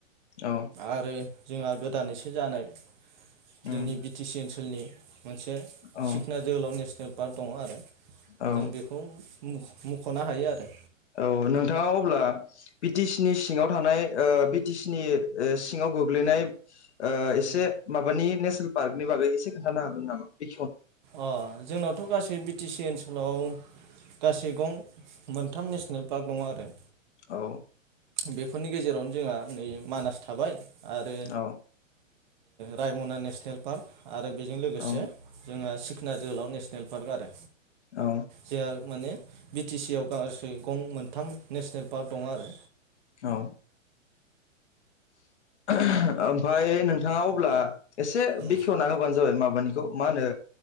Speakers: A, on the left (about 55°); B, on the right (about 35°).
A: औ
B: आरो जोंहा गोदानैसो जानाय जोंनि
A: उम
B: बि टि सि ओनसोलनि मोनसे
A: औ
B: सिखना जोहोलाव नेसनेल पार्क दङ आरो
A: औ
B: जों बेखौ मख'नो हायो आरो
A: औ नोंथाङा अब्ला बिटि सि नि सिङाव थानाय ओ बि टि सि नि सिङाव गोग्लैनाय एसे माबानि नेसनेल पार्कनि बागै एसे खोन्थानो हागोन नामा बे
B: अ जोंनावथ' गासै बि टि सि ओनसोल हेलौ गासै गं मोनथाम नेसनेल पार्क दङ आरो
A: औ
B: बेफोरनि गेजेरावनो जोंहा नै मानास थाबाय। आरो
A: औ
B: रायमना नेसनेल पार्क आरो बेजों लोगोसे
A: औ
B: सिखना जोहोलाव नेसनेल पार्क आरो
A: औ
B: जोंहा माने बि टि सि आव गासै गं मोनथाम नेसनेल पार्क दं आरो
A: औ। ओमफफ्राय नोंथाङा अब्ला एसे
B: उम
A: बेखेवना होबानो जाबाय माब खामानिखौ मा होनो